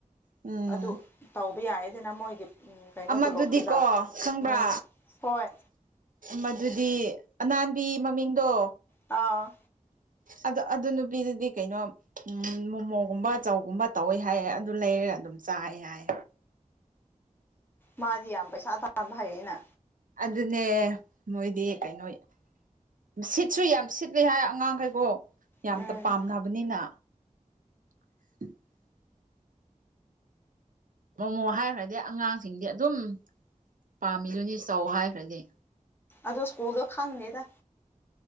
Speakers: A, on the right (about 80°); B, on the left (about 15°).
A: ꯎꯝ
B: ꯑꯗꯨ ꯇꯧꯕ ꯌꯥꯏ ꯑꯗꯨꯅ ꯃꯣꯏꯒꯤ ꯀꯩꯅꯣ
A: ꯑꯃꯗꯨꯗꯤꯀꯣ
B: ꯇꯣꯂꯣꯞꯇꯨꯗ
A: ꯈꯪꯕ꯭ꯔꯥ
B: ꯎꯝ ꯍꯣꯏ
A: ꯃꯗꯨꯗꯤ ꯑꯅꯥꯟꯕꯤ ꯃꯃꯤꯡꯗꯣ
B: ꯑꯥ
A: ꯑꯗꯣ ꯑꯗꯨ ꯅꯨꯄꯤꯗꯨꯗꯤ ꯀꯩꯅꯣ ꯎꯝ ꯃꯣꯃꯣꯒꯨꯝꯕ ꯆꯧꯒꯨꯝꯕ ꯇꯧꯋꯦ ꯍꯥꯏꯌꯦ ꯑꯗꯨ ꯂꯩꯔꯦ ꯑꯗꯨꯝ ꯆꯥꯏ ꯍꯥꯏ
B: ꯃꯥꯗꯤ ꯌꯥꯝ ꯄꯩꯁꯥ ꯇꯥꯥꯟꯕ ꯍꯥꯏꯌꯦꯩꯅ
A: ꯑꯗꯨꯅꯦ ꯃꯣꯏꯗꯤ ꯀꯩꯅꯣ ꯁꯤꯠꯁꯨ ꯌꯥꯝ ꯁꯤꯠꯂꯦ ꯍꯥꯏ ꯑꯉꯥꯡꯈꯩꯀꯣ ꯌꯥꯝꯇ
B: ꯎꯝ
A: ꯄꯥꯝꯅꯕꯅꯤꯅ <inaudible> ꯃꯣꯃꯣ ꯍꯥꯏꯈ꯭ꯔꯗꯤ ꯑꯉꯥꯡꯁꯤꯡꯗꯤ ꯑꯗꯨꯝ ꯄꯥꯝꯃꯤꯗꯨꯅꯤ ꯆꯧ ꯍꯥꯏꯈ꯭ꯔꯗꯤ
B: ꯑꯗꯣ ꯁ꯭ꯀꯨꯜꯗ ꯈꯪꯅꯦꯗ